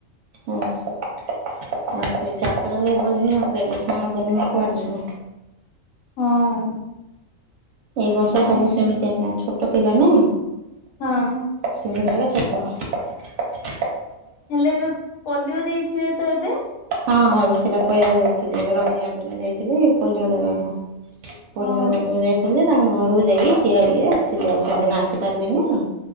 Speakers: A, on the right; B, on the left.
A: ହଁ। ଆଉ ସେଇ ଯାତ୍ରାକୁୁ ଗଲିନି ଆଉ ଦେବସ୍ମାନ ପୂର୍ଣିମା କୁଆଡେ ଯିବ।
B: ହଁ।
A: ଏଇ ବର୍ଷ
B: ହଉ
A: ସବୁ ସେମିତି ଆଜ୍ଞା ଛୋଟ ପିଲା ନା।
B: ହଁ।
A: ସେମିତି ଏଗା ଛାଡ଼ିଯିବ।
B: ହେଲେ ଏ ପୋଲିଓ ଦେଇଥିବେ ତ ଏବେ।
A: ହଁ ହଁ ସେଇଟା କହିବାକୁ ଯାଉଥିଲି ଏ ରବିବାର ଦିନ ଯାଇଥିଲି ପୋଲିଓ ଦେବାକୁ। ପୋଲିିବା
B: ହଁ।
A: ଦବାକୁ ଯାଇଥିଲେ। ତାଙ୍ଗ ଘରକୁ ଯାଇକି ଠିଆ ହେଇକିରି ଆସିଲି ଆଉ ସେଇଦିନ ଆସି ପାରିଲିନି ଆଉ